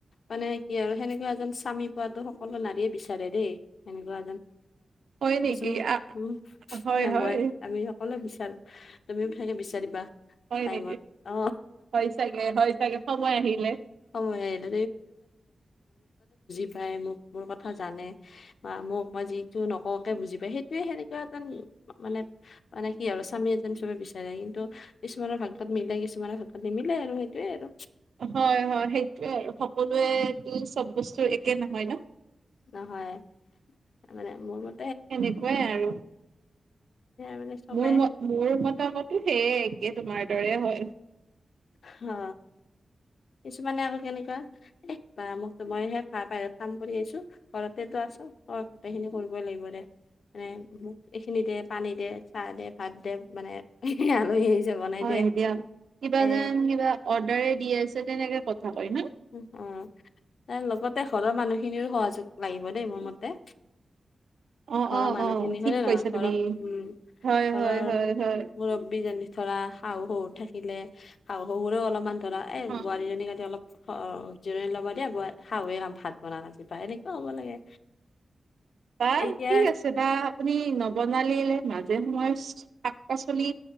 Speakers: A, on the left; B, on the right.
A: মানে কি আৰু সেনেকুৱা এজন স্বামী পোৱাতো সকলো নাৰীয়ে বিচাৰ দেই তেনেকুৱা
B: হয় নেকি
A: কিছুমান
B: আ
A: উম
B: হয় হয়
A: মই আমি সকললে বিচ তুমিও সনেকে বিচাৰিবা
B: হয়
A: টাইমত
B: নেকি
A: অ
B: হয় চাগে হয় চাগে সময় আহিলে
A: সময় আহিলে চাই মোক মোৰ কথা জানে বা মোক মই যিটো নককে বুজি পায় সেইটোয়ে সেনেকুৱা এন মানে মানে কি আৰু স্বামী এজনী চবে বিচাৰে কিন্তু কিছুমানৰ ভাগত মিলে কিছুমানৰ ভাগ্যত মিলে নিমিলে আৰু সেইটোয়ে আৰু
B: হয় হয় সেইটোয়ে আৰু সকলোৱে চব বস্তু একে নহয় ন
A: নহয় মানে মোৰ ম
B: সেনেকুৱাই আৰু
A: মানে চবে
B: মোৰ ম মোৰ মতামতো সেয়েই একে তোমাৰ দৰে হয়।
A: হা। কিছুমানে আকৌ কেনেকুৱা এ, বা মোক তো মইহে ভা পাই কাম কৰি আহিছোঁ, ঘৰতেতো আছ অ' গোটেইখিনি কৰিবই লাগিব দে। মানে মোক এইখিনি দে, পানী দে, চাহ দে, ভাত দে, মানে আলহী জা নাই
B: হয়
A: দে।
B: দিয়া কিবা
A: এ
B: যেন কিবা অৰ্ডাৰে দি আছে তেনেকে কথা কয় ন'।
A: উ, অ' তৰ লগতে ঘৰৰ মানুহখিনিৰো সহযোগ লাগিব দেই মোৰ মতে।
B: অ'
A: ঘৰৰ
B: অ'
A: মানুহখিনি
B: অ' ঠিক
A: হয়নে নহয়
B: কৈছা
A: ঘৰৰ
B: তুমি
A: উম,
B: হয়
A: ঘৰৰ
B: হয় হয় হয়
A: মুৰব্বী যেনে ধৰা শাহু শহু থাকিলে, শাহু শহুৰেও অলপমান ধৰা এ,
B: অ
A: বোৱাৰীজনীক আজি অলপ অ' জিৰনী ল'ব দিয়া ব-শাহুৱে কাম ভাত বনালে আজি বা এনেকুৱা হ'ব লাগে।
B: বা
A: এতিয়া
B: কি আছে বা আপুনি নৱ বনালিলে মাজে মই শাক পাচলি